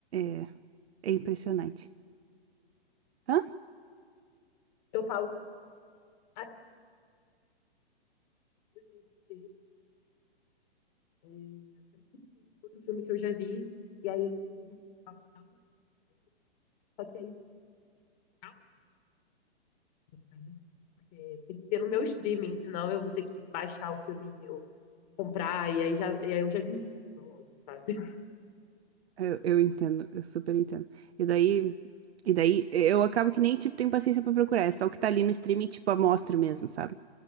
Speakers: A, on the right (about 75°); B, on the left (about 40°).
A: é, é
B: Eu
A: impressionante.
B: falo,
A: Hã?
B: eu falo assim, os meus interesses, É, outro filme que eu já vi, e aí a inteligência artificial me dá uma lista só que aí não dá sabe? Porque tem que ter no meu streaming, senão eu vou ter que baixar o filme e eu comprar, e aí, já, e aí eu já desisto logo, sabe?
A: Eu, eu entendo, eu super entendo. E daí, e daí eu acabo que nem, tipo, tenho paciência pra procurar. É só o que tá ali no streaming, tipo, amostra mesmo, sabe?